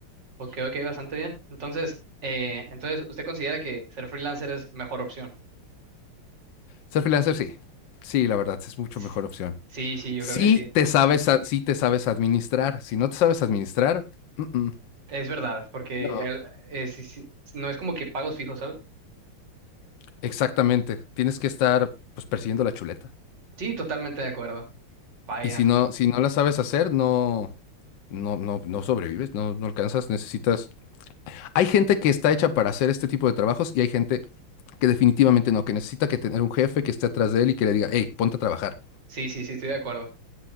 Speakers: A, on the right; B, on the left.
A: Ok, ok, bastante bien. Entonces, eh, entonces, ¿usted considera que ser freelancer es mejor opción?
B: Ser freelancer, sí. Sí, la verdad, es mucho
A: S-
B: mejor opción.
A: Sí, sí, yo
B: Si
A: creo que sí.
B: te sabes, a- sí te sabes administrar. Si no te sabes administrar, mm, mm,
A: Es verdad, porque
B: no,
A: el- eh, sí, sí, no es como que pagos fijos, ¿sabes?
B: exactamente. Tienes que estar, pues, persiguiendo la chuleta.
A: Sí, totalmente de acuerdo. Vayan.
B: Y si no, si no la sabes hacer, no, no, no, no sobrevives, no, no alcanzas, necesitas. Hay gente que está hecha para hacer este tipo de trabajos y hay gente que definitivamente no, que necesita que tener un jefe que esté atrás de él y que le diga, hey, ponte a trabajar.
A: Sí, sí, sí, estoy de acuerdo.